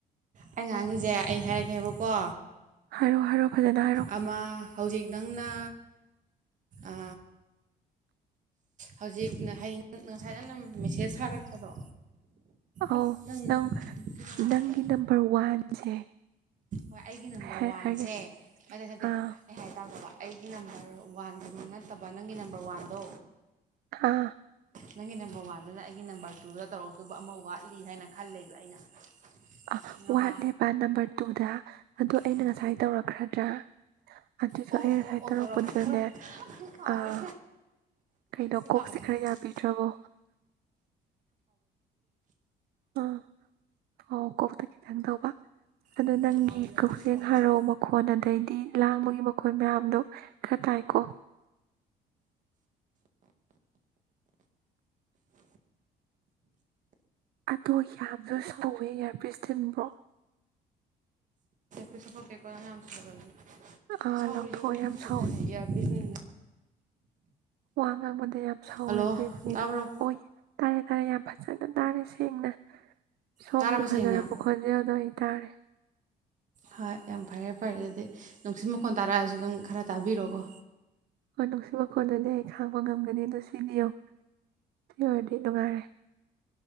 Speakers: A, on the right; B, on the right.
A: ꯑꯩ ꯉꯥꯡꯉꯤꯁꯦ ꯑꯩ ꯍꯥꯏꯔꯛꯀꯦꯕꯀꯣ
B: ꯍꯥꯏꯔꯣ ꯍꯥꯏꯔꯣ ꯐꯖꯅ ꯍꯥꯏꯔꯣ
A: ꯑꯃ ꯍꯧꯖꯤꯛ ꯅꯪꯅ ꯑ ꯍꯧꯖꯤꯛ ꯌꯦꯡ ꯉꯁꯥꯏ ꯅꯅ ꯃꯦꯁꯦꯖ ꯊꯥꯔꯛꯄꯗꯣ
B: ꯑꯧ
A: ꯑꯁ ꯅꯨꯡꯁꯨ
B: ꯅꯪ
A: ꯅꯨꯡꯉꯥꯏꯔꯔꯣꯏ
B: ꯅꯪ ꯒꯤ ꯅꯝꯕꯔ ꯋꯥꯟꯁꯦ
A: ꯍꯣꯏ ꯑꯩꯒꯤ ꯅꯝꯕꯔ
B: ꯑꯩ ꯍꯥꯏꯔꯛꯑꯒꯦ
A: ꯋꯥꯟꯁꯦ ꯑꯗ ꯅꯠꯇꯦ
B: ꯑꯥ
A: ꯑꯩ ꯍꯥꯏꯇꯥꯒꯣꯕ ꯑꯩꯒꯤ ꯅꯝꯕꯔ ꯋꯥꯟꯗꯨꯃ ꯅꯠꯇꯕ ꯅꯪꯒꯤ ꯅꯝꯕꯔ ꯋꯥꯟꯗꯣ
B: ꯑꯥ
A: ꯅꯪꯒꯤ ꯅꯝꯕꯔ ꯋꯥꯟꯗꯨꯅ ꯑꯩꯒꯤ ꯅꯝꯕꯔ ꯇꯨꯗ ꯇꯧꯔꯛꯇꯧꯕ ꯑꯃ ꯋꯥꯠꯂꯤ ꯍꯥꯏꯅ ꯈꯜ ꯂꯂꯦꯕ ꯂꯩꯕ ꯑꯩꯅ
B: ꯑ
A: ꯈꯪꯉꯕ
B: ꯋꯥꯠꯂꯦꯕ ꯅꯝꯕꯔ ꯇꯨꯗ ꯑꯗꯣ ꯑꯩꯅ
A: ꯑꯥ
B: ꯉꯁꯥꯏ ꯇꯧꯔꯛꯈ꯭ꯔꯗ꯭ꯔꯥ ꯑꯗꯨꯗꯣ
A: ꯑꯣ
B: ꯑꯩ ꯉꯁꯥꯏ
A: ꯑꯣ ꯑꯣ
B: ꯇꯧꯔꯛꯄꯗꯨꯗꯅꯦ
A: ꯇꯧꯔꯛ ꯑꯩ ꯀꯧꯔꯦ
B: ꯑꯥ ꯀꯩꯅꯣ ꯀꯣꯛꯁꯦ
A: ꯀꯥꯎꯒꯟꯕꯩꯔꯅꯤ
B: ꯈꯔ ꯌꯥꯕꯤꯗ꯭ꯔꯕꯣ ꯑ ꯑꯣ ꯀ ꯈꯤꯇꯪ ꯇꯧꯕ ꯑꯗꯨ
A: ꯍꯣꯏ
B: ꯅꯪꯒꯤ
A: ꯍꯣꯏ ꯀꯥꯎꯒꯗꯕꯅ
B: ꯀꯛꯆꯤꯡ
A: ꯀꯥꯎꯒꯗꯕ
B: ꯍꯔꯥꯎ ꯃꯈꯣꯟ ꯑꯗꯩꯗꯤ ꯂꯥꯡꯕꯒꯤ ꯃꯈꯣꯜ ꯃꯌꯥꯝꯗꯣ ꯈꯔ ꯇꯥꯏꯀꯣ ꯑꯗꯣ ꯌꯥꯝꯁꯨ ꯁꯧꯋꯦ ꯏꯌꯥꯔꯄꯤ꯭ꯁ ꯇꯤꯟꯕ꯭ꯔꯣ
A: ꯄꯤꯁꯄ ꯀꯦꯀꯣꯗꯅꯤ ꯑ ꯑꯃꯁꯁꯤ ꯑꯣꯏꯗꯤ
B: ꯑꯥ
A: ꯁꯤ ꯁꯥꯎꯔꯤ
B: ꯂꯧꯊꯣꯛꯑ
A: ꯌꯥ ꯍꯧꯗꯤ ꯅꯨꯡꯁꯤꯠꯅꯅꯦ
B: ꯌꯥꯝ ꯁꯧꯋꯦ
A: ꯏꯌꯥꯔꯕꯤꯁ
B: ꯋꯥ ꯉꯪꯕꯗ ꯌꯥꯝ ꯁꯥꯎꯋꯦ
A: ꯍꯜꯂꯣ
B: ꯑꯗꯨ ꯑꯣꯏ
A: ꯇꯥꯕ꯭ꯔꯣ
B: ꯑꯣꯏ ꯇꯥꯔꯦ ꯇꯥꯔꯦ ꯌꯥꯝ ꯐꯖꯅ ꯇꯥꯔꯦ ꯁꯦꯡꯅ ꯁꯣꯝꯒꯤ
A: ꯇꯥꯔꯕ ꯁꯦꯡꯅ
B: ꯐꯖꯔꯄ ꯈꯣꯠꯖꯦ ꯑꯗꯣꯏ ꯇꯔꯦ
A: ꯍꯣꯏ ꯌꯥꯝ ꯐꯔꯦ ꯐꯔꯦ ꯑꯗꯨꯗꯤ ꯅꯨꯡꯁꯤꯠ ꯃꯈꯣꯟ ꯇꯥꯔꯛꯑꯁꯨ ꯑꯗꯨꯝ ꯈꯔ ꯇꯥꯕꯤꯔꯛꯣꯀꯣ
B: ꯅꯨꯡꯁꯤ ꯃꯈꯣꯟꯗꯨꯗꯤ ꯑꯩ ꯈꯥꯡꯕ ꯉꯝꯒꯅꯤ ꯑꯗꯨ ꯁꯤꯕꯤꯌꯣ ꯁꯤ ꯑꯣꯏꯔꯗꯤ ꯅꯨꯡꯉꯥꯏꯔꯦ